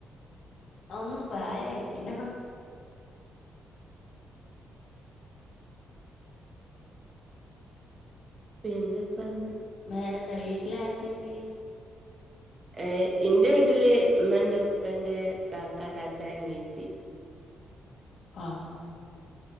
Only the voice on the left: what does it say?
ഒന്നും പ്രായയിട്ടില്ല
വേറെന്താ വീട്ടിലാരൊക്കെണ്ട്?
ആഹ് ആഹ്